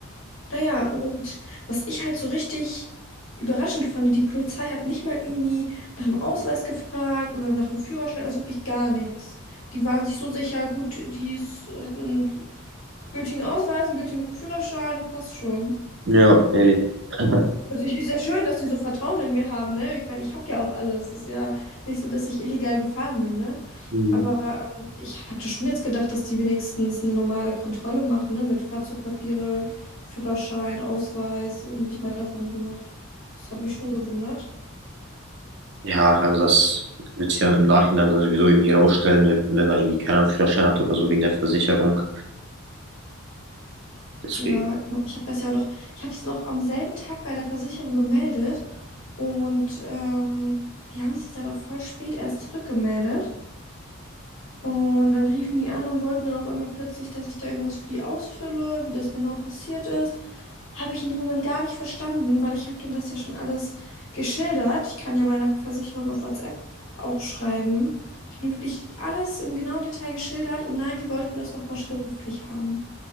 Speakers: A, on the left; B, on the right.
A: naja, und was ich halt so richtig überraschend fand, die Polizei hat nicht mal irgendwie nach dem Ausweis gefragt oder nach dem Führerschein, also wirklich gar nichts. Die waren sich so sicher, gut, die s- hatten einen gültigen Ausweis, einen gültigen Führerschein, passt schon.
B: Ja, ehrlich. <laughs>
A: Also ich, ist ja schön, dass die so Vertrauen in mir haben, ne? Ich meine, ich habe ja auch alles. Ist ja nicht so, dass ich illegal gefahren bin, ne?
B: Mhm.
A: Aber ähm, ich hatte schon jetzt gedacht, dass die wenigstens eine normale Kontrolle machen, ne? Mit Fahrzeugpapiere, Führerschein, Ausweis. Und nicht mal das haben die gemacht. Das hat mich schon gewundert.
B: Ja, also das wird sich dann im Nachhinein dann sowieso irgendwie rausstellen, wenn, wenn da irgendwie keiner einen Führerschein hat oder so wegen der Versicherung. Deswegen,
A: Ja, ich meine, ich habe das ja noch, ich habe es noch am selben Tag bei der Versicherung gemeldet und ähm, die haben sich dann auch voll spät erst zurückgemeldet. Und dann riefen die an und wollten dann auf einmal plötzlich, dass ich da irgendwas für die ausfülle, wie das genau passiert ist. Habe ich in dem Moment gar nicht verstanden, weil ich habe denen das ja schon alles geschildert. Ich kann ja meiner Versicherung auf WhatsApp auch schreiben. Ich habe mir wirklich alles im genauen Detail geschildert und nein, die wollten das nochmal schriftlich haben.